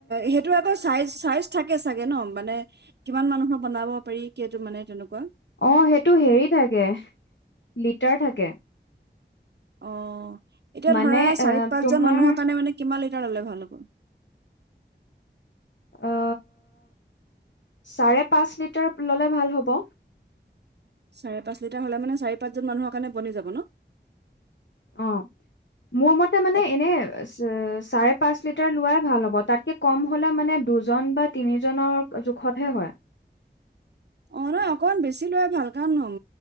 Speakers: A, on the right (about 65°); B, on the left (about 75°).
A: সেইটোৰ আকৌ চাইজ-চাইজ থাকে চাগে ন মানে কিমান মানুহৰ বনাব পাৰি কেইটো মানে তেনেকুৱা।
B: অ, সেইটো হেৰি থাকে লিটাৰ থাকে।
A: অ, এতিয়া
B: মানে
A: ধৰা
B: এ
A: চাৰি-পাঁচজন
B: তোমাৰ
A: মানুহৰ কাৰণে মানে কিমান লিটাৰ ল'লে ভাল হ'ব?
B: অ, চাৰে পাঁচ লিটাৰ ল'লে ভাল হ'ব।
A: চাৰে পাঁচ লিটাৰ হ'লে মানে চাৰি পাঁচজন মানুহৰ কাৰণে বনি যাব ন?
B: অ, মোৰ মতে মানে
A: একে
B: এনে চাৰে পাঁচ লিটাৰ লোৱাই ভাল হ'ব তাকে কম হ'লে মানে দুজন বা তিনিজনৰ জোখতহে হয়।
A: অ, নহয় অকমান বেছি লৈ ভাল কাৰণ হম